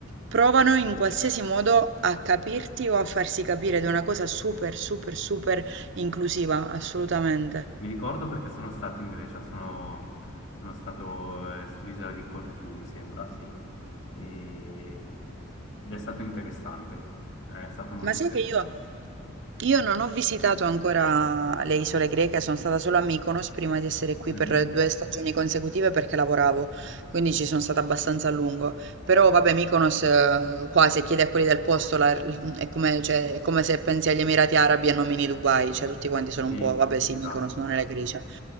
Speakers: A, on the right; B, on the left.
A: provano in qualsiasi modo a capirti o a farsi capire ed è una cosa super, super, super inclusiva, assolutamente.
B: Mi ricordo perché sono stato in Grecia, sono, sono stato eh, sull'isola di Corfù, mi sembra, sì, E- ed è stato interessante, Eh, è stato molto
A: Ma sai
B: interessante.
A: che io Io non ho visitato ancora le isole greche, sono stata solo a Mykonos prima di essere qui
B: Mhm.
A: per due stagioni consecutive perché lavoravo, quindi ci sono stata abbastanza a lungo. Però vabbè, Mykonos, eh, qua se chiedi a quelli del posto la- è come, cioè, è come se pensi agli Emirati Arabi e nomini Dubai, cioè tutti quanti sono
B: Sì,
A: un po', vabbè sì,
B: esatto.
A: Mykonos non è la Grecia.